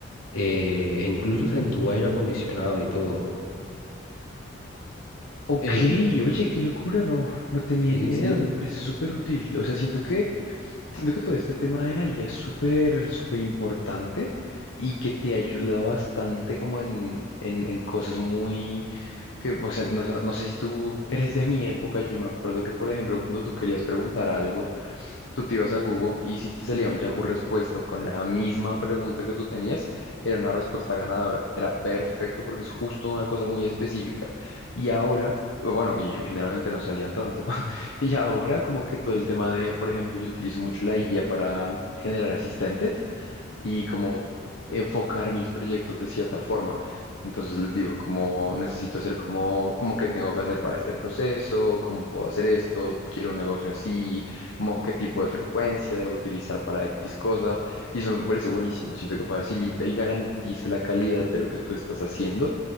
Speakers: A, on the left (about 85°); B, on the left (about 65°).
A: eh, e incluso hasta en tu aire acondicionado y todo. Eh,
B: Ok, oye, qué locura, no, no tenía
A: sí,
B: ni
A: sí.
B: idea, me parece súper útil. O sea, siento que, siento que todo este tema de la IA es súper, súper importante y que te ayuda bastante como en, en, en cosas muy, que, o sea, no, sé no sé si tú eres de mi época, yo me acuerdo que, por ejemplo, cuando tú querías preguntar algo, tú te ibas a Google y si te salía un Yahoo Respuestas con la misma pregunta que tú tenías, era una respuesta ganadora. Era perfecto porque es justo una cosa muy específica. Y ahora, bueno, y generalmente no salían tanto. <laughs> Y ahora como que todo el tema de, por ejemplo, yo utilizo mucho la IA para generar asistentes y como enfocar mis proyectos de cierta forma. Entonces les digo, como necesito hacer como, como qué tengo que hacer para este proceso, cómo puedo hacer esto, quiero un negocio así, como qué tipo de frecuencia debo utilizar para X cosa. Y eso me parece buenísimo. Siento que facilita y garantiza la calidad de lo que tú estás haciendo